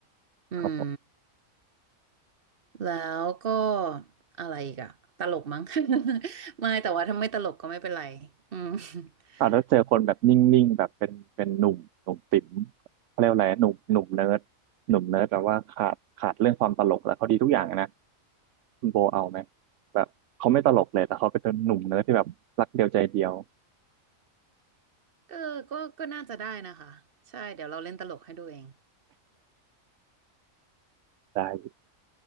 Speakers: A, on the right; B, on the right.
A: อืม
B: ครับ
A: แล้วก็อะไรอีกอะตลกมั้ง <laughs> ไม่แต่ว่าถ้าไม่ตลกก็ไม่เป็นไรอืม <laughs>
B: อ่าแล้วเจอคนแบบนิ่งๆแบบเป็นเป็นหนุ่มหนุ่มติ๋มเขาเรียกว่าอะไรหนุ่มหนุ่มเนิร์ดหนุ่มเนิร์ดแปลว่าขาดขาดเรื่องความตลกแล้วเขาดีทุกอย่างอะนะคุณโบเอาไหมแบบเขาไม่ตลกเลยแต่เขาเป็นหนุ่มเนิร์ดที่แบบรักเดียวใจเดียว
A: เออก็ก็น่าจะได้นะคะใช่เดี๋ยวเราเล่นตลกให้ดูเอง
B: ได้